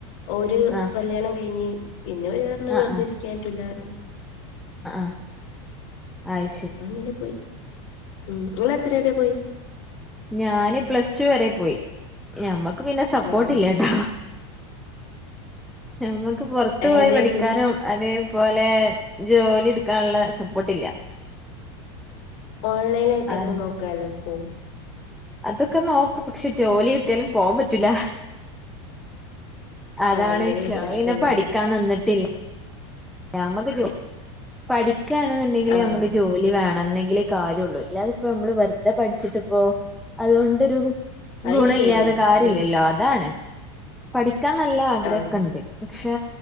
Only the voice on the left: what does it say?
ഒരു
കല്യാണം കഴിഞ്ഞ് പിന്നെ ഒരു-
വെറുതെ ഇരിക്കാൻ പറ്റൂല്ല പറയും
അങ്ങനെ പോയി ഉം നിങ്ങൾ എത്ര വരെ പോയി?
ആഹ്
ഏതേന്നു
ഓൺലൈൻ ആയിട്ടൊക്കെ
നോക്കാലോ പോ?
ആഹ് അങ്ങനെ
ഒരു പ്രശ്നം
വരും
ആഹ്
അത്
ശരിയാ
ഉം
ആഹ്